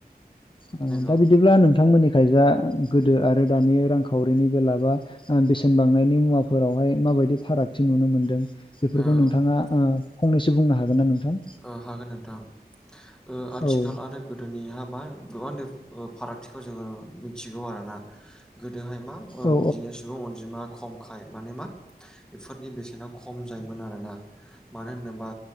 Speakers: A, on the left; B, in the centre.
A: ओ
B: नंगौ
A: दा
B: औ
A: बिदिब्ला नोंथांमोननिखायजा गोदो आरो दानि रांखावरिनि बेला बा ओ बेसेन बांनायनि मुवाफोरावहाय माबायदि फाराग थि नुनो मोन्दों बेफोरखौ
B: ओ
A: नोंथांङा ओ फंनैसो बुंनो हागोन ना नोंथां?
B: ओ हागोन नोंथां ओ आथिखाल
A: औ
B: आरो गोदो नि हाबा गोबां फारागथिखौ जोंङो मिथिगौ आरोना। गोदोहाय मा ओ
A: औ
B: बिदिनो सुबुं अनजिमा खमखाय माने मा बेफोरनि बेसेना खम जायोमोन आरोना मानो होनोबा